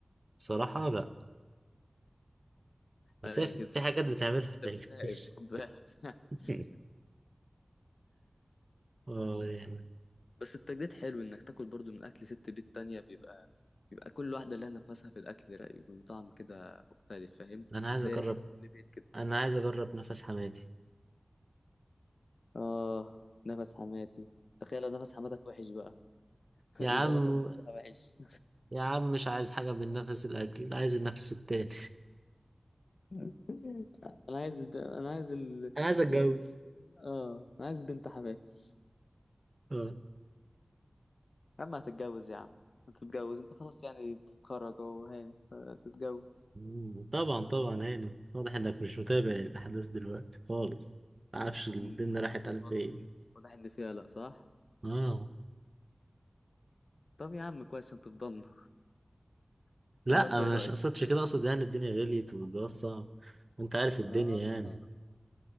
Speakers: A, on the right; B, on the left.
A: صراحه لا بس
B: ايوه
A: هي في
B: كده
A: في
B: <laughs>
A: حاجات بتعملها ما بتعجبنيش
B: انت بتراقب خد بالك <laughs>
A: <laughs> اه يعني
B: بس التجديد حلو انك تاكل برضو من اكل ست بيت تانية بيبقى بيبقى كل واحده لها نفسها في الاكل رايق وطعم كده مختلف فاهم
A: انا عايز
B: زي
A: اجرب
B: ريحه كل بيت كده
A: انا عايز اجرب نفس حماتي
B: اه نفس حماتي تخيل لو نفس حماتك وحش بقى <laughs>
A: يا
B: يبقى
A: عم
B: نفس بنتها وحش
A: يا عم مش عايز حاجة من نفس الاكل عايز النفس التاني
B: <laughs> انا عايز الب... انا عايز ال...
A: <laughs> انا عايز اتجوز
B: ال... اه انا عايز بنت حماتي
A: اه
B: يا عم هتتجوز يا عم هتتجوز انت خلاص يعني بتتخرج اهو هاني هتتجوز
A: مم.
B: <laughs>
A: طبعا طبعا هاني واضح انك مش متابع الاحداث دلوقتي خالص معرفش الدنيا
B: مم.
A: راحت على
B: واضح
A: فين
B: ان واضح ان فيها لا صح
A: اه
B: طب يا عم كويس عشان تفضلنا <laughs>
A: لا
B: ولا انت ايه رايك
A: مش اقصدش كده اقصد يعني الدنيا غليت والجواز صعب وانت عارف الدنيا
B: اه
A: يعني